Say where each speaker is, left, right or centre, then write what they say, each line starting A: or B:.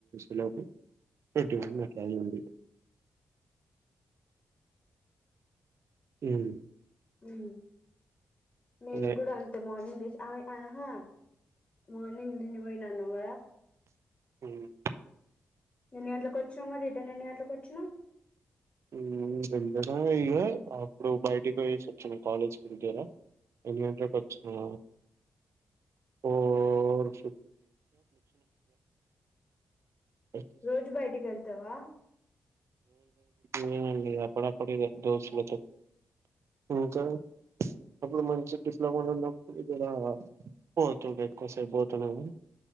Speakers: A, on the right; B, on the left.
A: ఎలావుతూ పెటిట్లాంది ఉమ్
B: ఉ నెన్
A: అదే
B: కూడా అంతే మార్నింగ్ ఆ ఆహా మార్నింగ్ దీని పోయినా అనువ
A: ఉమ్,
B: ఎన్ని గంటలకుకి వచ్చినాం మరి రిటర్న్ ఎన్ని గంటకి వచ్చినాం
A: యు దగ్గరే ఇగ అప్పుడు బయటికి పోయేసి వచ్చినాం కాలేజ్ దగ్గర ఎంట వచ్చిన పోర్ <unintelligible>
B: రోజు బయటికి వెళ్తావా
A: యు అప్పుడప్పుడు ఇక దోస్తులతో ఇంకా అప్పుడు మంచి <unintelligible> పోతుంటా ఎక్కువసేపు పోతా నేను